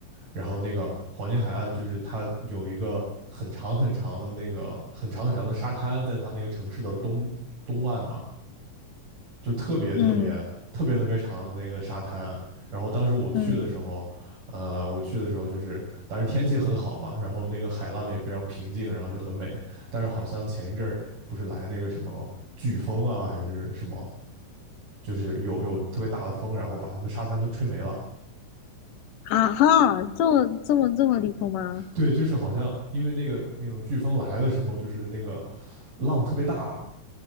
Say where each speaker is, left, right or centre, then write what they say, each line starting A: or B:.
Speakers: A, on the right (about 70°); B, on the left (about 75°).
A: 然后那个黄金海岸就是它有一个很长很长的那个很长很长的沙滩，在它那个城市的东东岸嘛，就特别特别特别特别长的那个沙滩。
B: 嗯
A: 然后当时我去的时候，
B: 嗯，
A: 呃，我去的时候就是，当时天气很好嘛，然后那个海浪也非常平静，然后就很美。但是好像前一阵儿不是来那个什么飓风啊，还是什么，就是有有特别大的风，然后把他们沙滩都吹没了。
B: 啊哈，这么这么这么离谱吗？
A: 对，就是好像因为那个那种飓风来的时候，就是那个浪特别大，